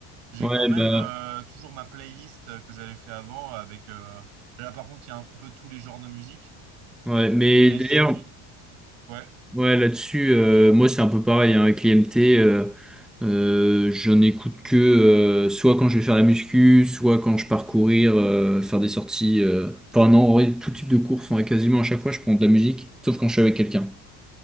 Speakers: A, on the right; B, in the centre.
A: J'ai
B: ouais,
A: quand même
B: bah,
A: euh, toujours ma playlist euh, que j'avais fait avant avec... euh, Là, par contre, il y a un peu tous les genres de musique.
B: ouais. Mais
A: Mais
B: d'ailleurs.
A: sinon, ouais,
B: Ouais, là-dessus, euh, moi c'est un peu pareil hein, avec l'IMT. Euh, euh, j'en écoute que euh, soit quand je vais faire la muscu, soit quand je pars courir, euh, faire des sorties. euh. Enfin non, en vrai, tout type de course, en quasiment à chaque fois, je prends de la musique, sauf quand je suis avec quelqu'un.